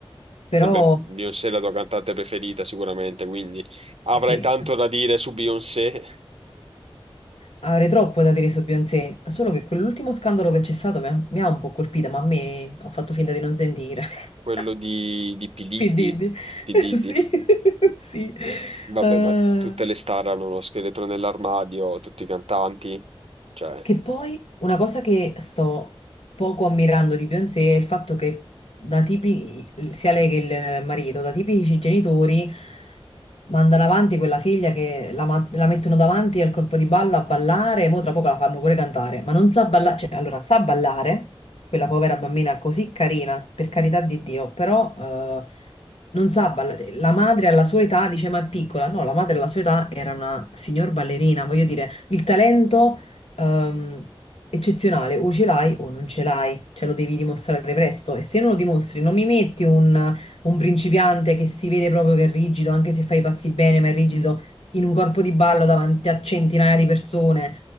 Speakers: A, on the left; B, on the right.
A: però
B: Vabbè, Beyoncé è la tua cantante preferita sicuramente, quindi avrai
A: sì.
B: tanto da dire su Beyoncé,
A: avrei troppo da dire su Beyoncé, solo che quell'ultimo scandalo che c'è stato mi ha, mi ha un po' colpita, ma a me ho fatto finta di non sentire. <laughs>
B: quello di, di P. Diddy,
A: P. Diddy.
B: P.
A: <laughs>
B: Diddy.
A: Sì, <laughs> sì.
B: Vabbè,
A: Eh,
B: ma tutte le star hanno uno scheletro nell'armadio, tutti i cantanti, cioè...
A: Che poi una cosa che sto poco ammirando di Beyoncé è il fatto che da tipi, sia lei che il marito, da tipici genitori, mandano avanti quella figlia che la, ma- la mettono davanti al corpo di ballo a ballare, e mo tra poco la fanno pure cantare, ma non sa ballare, cioè allora sa ballare, quella povera bambina così carina, per carità di Dio, però eh, non sa ballare. La madre alla sua età dice ma è piccola, no, la madre alla sua età era una signor ballerina, voglio dire, il talento ehm, eccezionale, o ce l'hai o non ce l'hai, cioè lo devi dimostrare presto e se non lo dimostri non mi metti un, un principiante che si vede proprio che è rigido, anche se fai i passi bene, ma è rigido in un corpo di ballo davanti a centinaia di persone.